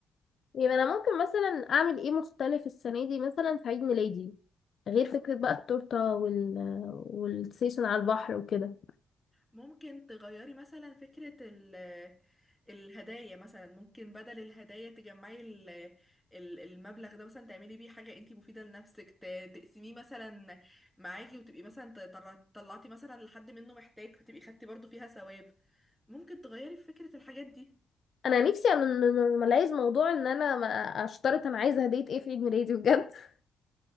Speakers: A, on the left (about 60°); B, in the centre.
A: يبقى انا ممكن مثلا اعمل ايه مختلف السنة دي مثلا في عيد ميلادي غير فكرة بقى التورتة وال والسيشن على البحر وكده
B: ممكن تغيري مثلا فكرة ال الهدايا مثلا ممكن بدل الهدايا تجمعي ال- ال- المبلغ ده مثلا تعملي بيه حاجة انتي مفيدة لنفسك ت- تقسميه مثلا معاكي وتبقي مثلا ت- طر- طلعتي مثلا لحد منه محتاج فتبقي خدتي برضو فيها ثواب ممكن تغيري في فكرة الحاجات دي
A: انا نفسي انورماليز موضوع ان انا ما اشترط انا عايزه هديه ايه في عيد ميلادي بجد <laughs>